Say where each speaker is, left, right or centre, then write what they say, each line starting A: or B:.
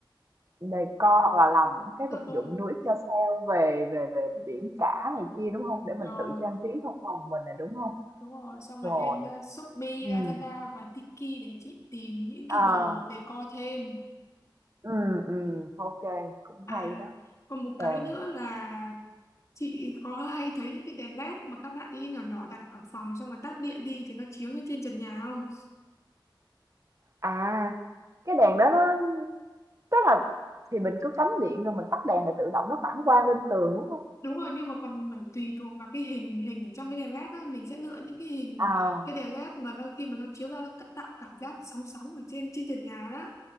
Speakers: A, on the right; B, on the left.
A: decor hoặc là làm những cái
B: tự
A: vật
B: đúng
A: dụng
B: rồi
A: do it yourself về về về biển cả này kia, đúng không Để
B: rồi
A: mình tự trang trí trong phòng mình nè, đúng không
B: Đúng rồi, xong
A: Rồi,
B: rồi lên uh, Shopee,
A: ừm,
B: Lazada và Tiki để chị tìm những cái
A: à,
B: đồ decor thêm.
A: ừm, ừm, ô cũng
B: À,
A: hay đó.
B: còn một
A: Rồi,
B: cái nữa là chị có hay thấy những cái đèn led mà các bạn đi nhỏ nhỏ đặt ở phòng xong rồi tắt điện đi thì nó chiếu lên trên trần nhà không?
A: à, cái đèn đó nó tức là thì mình cứ cắm điện rồi mình tắt đèn là tự động nó phản quang lên tường, đúng không
B: Đúng rồi, nhưng mà còn phải tùy thuộc vào cái hình hình ở trong cái đèn led á, mình sẽ lựa những cái hình
A: À.
B: cái đèn led mà đôi khi mà nó chiếu ra nó c- tạo cảm giác sóng sóng ở trên trên trần nhà đó.